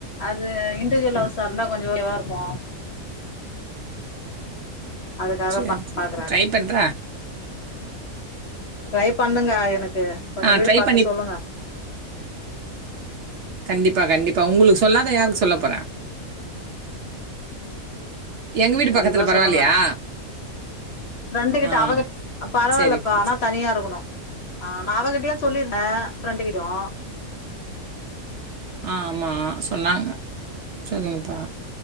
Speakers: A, on the left; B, on the right.
A: அது இண்டுவிஜுவ லா சார்ந்தா கொஞ்சோ இதுவா இருக்கு அதுக்காக
B: சேரி
A: பா
B: சேரி
A: பாக்குறே
B: ட்ரை பண்ற
A: ட்ரை பண்ணுங்க எனக்கு கொஞ்சோ
B: ஆ
A: வீடு
B: ட்ரை
A: பாத்து
B: பண்ணி
A: சொல்லுங்க
B: கண்டிப்பா கண்டிப்பா உங்களுக்கு சொல்லாத யாருக்கு சொல்ல போற எங்க வீட்டு
A: கண்டிப்பா
B: பக்கத்துல பரவாயில்லையா
A: சொல்லுங்க ஃப்ரெண்டு கிட்ட
B: ஆ
A: அவகி பரவாயில்லப்பா
B: சேரிப்பா
A: ஆனா
B: சேரி
A: தனியா இருக்கணு ஆ நா அவகிட்டயு சொல்லிருந்தே ஃப்ரெண்டு கிட்டயு
B: ஆமா சொன்னாங்க சொல்லுங்ப்பா